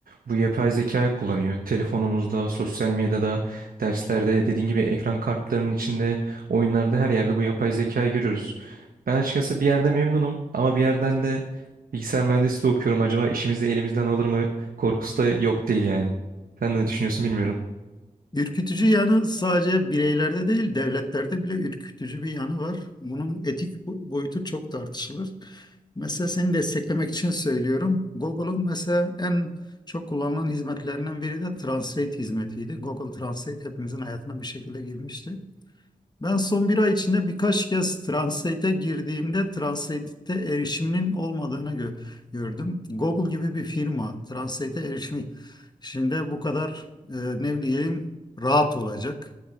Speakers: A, on the right; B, on the left.
A: bu yapay zekayı kullanıyor. Telefonumuzda, sosyal medyada, derslerde, dediğin gibi ekran kartlarının içinde, oyunlarda her yerde bu yapay zekayı görüyoruz. Ben açıkçası bir yerde memnunum ama bir yerden de bilgisayar mühendisliği okuyorum. Acaba işimizi elimizden alır mı korkusu da yok değil yani. Sen ne düşünüyorsun bilmiyorum.
B: Ürkütücü yanı sadece bireylerde değil, devletlerde bile ürkütücü bir yanı var. Bunun etik bo- boyutu çok tartışılır. Mesela seni desteklemek için söylüyorum. Google'un mesela en çok kullanılan hizmetlerinden biri de Translate hizmetiydi. Google Translate hepimizin hayatına bir şekilde girmişti. Ben son bir ay içinde birkaç kez Translate'e girdiğimde Translate'te erişiminin olmadığını gö- gördüm. Google gibi bir firma Translate'e erişimi şimdi bu kadar e, ne diyeyim rahat olacak.